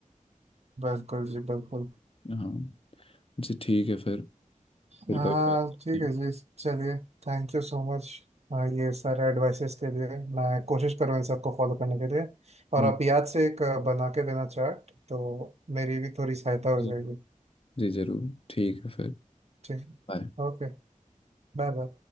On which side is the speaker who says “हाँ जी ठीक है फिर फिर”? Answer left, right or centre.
Left